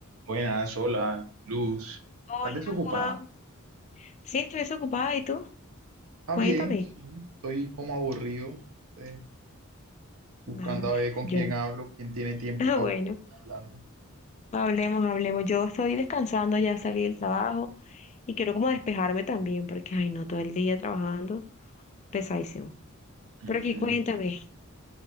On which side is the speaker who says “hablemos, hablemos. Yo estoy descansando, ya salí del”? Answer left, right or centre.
Left